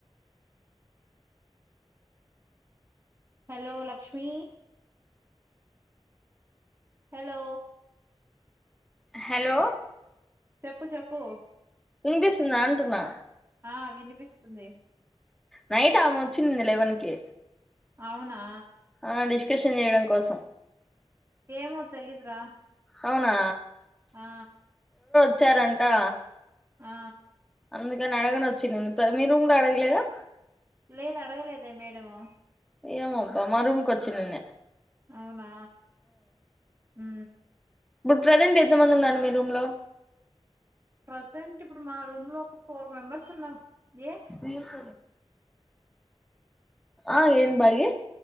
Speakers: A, on the right; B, in the centre.
A: hello Lakshmi hello
B: hello
A: చెప్పు చెప్పు
B: ఇంగ్లీష్ంద అంటన్నా
A: ఆ వినిపిస్తుంది
B: నైట్ అమె వచ్చింది లెవెన్ కి
A: అవునా
B: ఆ లిష్కష్ చేయడం కోసం
A: ఏమో తెలిదుర
B: అవునా
A: ఆ
B: వచ్చారంటా
A: ఆ
B: అందుకని <unintelligible> వచ్చింది మీరు రూమ్ లో అడగలేదా
A: లేదు అడగలేదె మేడము
B: ఏమొ అబ్బా మా రూముకి వచ్చ నిన్నె
A: అవునా ఉ
B: ఇబ్బుడు ప్రజెంట్ ఎంత మంది ఉన్నారు మీ రూమ్ లో
A: ప్రజెంట్ ఇప్పుడు మా రూమ్ లో ఒక ఫోర్ మెంబర్స్ ఉన్నాం ఏ
B: ల్ స ఆ ఏంద్ బాగి